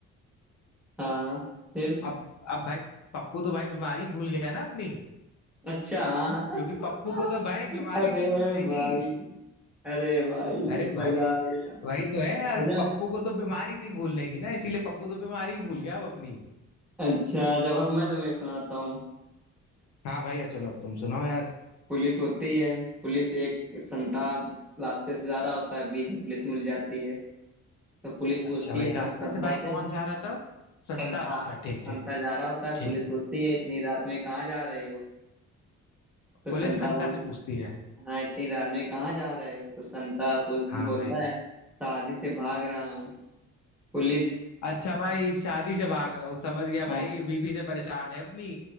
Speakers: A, in the centre; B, on the left (about 65°).
A: हाँ फिर
B: अब अब भाई पप्पू तो भाई बीमारी भूल गया ना अपनी
A: अच्छा हाँ
B: क्योंकि
A: <laughs>
B: पप्पू को तो भाई बीमारी
A: अरे
B: थी भूलने
A: भाई
B: की
A: अरे भाई
B: अरे
A: मजा
B: भाई
A: आ गया
B: वही तो है यार
A: अच्छा
B: पप्पू को तो बीमारी थी भूलने की ना इसीलिए पप्पू तो बीमारी ही भूल गया अब अपनी
A: अच्छा जब अब मैं तुम्हें एक सुनाता हूँ
B: हाँ भैया चलो अब तुम सुनाओ यार
A: पुलिस होती है पुलिस एक संता रास्ते से जा रहा होता है बीच में पुलिस मिल जाती है तो पुलिस
B: अच्छा
A: पूछती
B: भाई
A: है सं-
B: रास्ते
A: संता
B: से भाई
A: से
B: कौन जा रहा था संता
A: संता
B: अच्छा ठीक
A: संता
B: ठीक
A: जा रहा होता है
B: ठीक
A: पुलिस पूछती है इतनी रात में कहाँ जा रहे हो तो
B: पुलिस
A: संता
B: संता
A: बोल
B: से पूछती है
A: हाँ इतनी रात में कहाँ जा रहे हो तो संता पूछ
B: हाँ
A: बोलता
B: भाई
A: है शादी से भाग रहा हूँ पुलिस
B: अच्छा भाई शादी से भाग रहा हूँ समझ गया भाई
A: हाँ
B: बीबी से परेशान है अपनी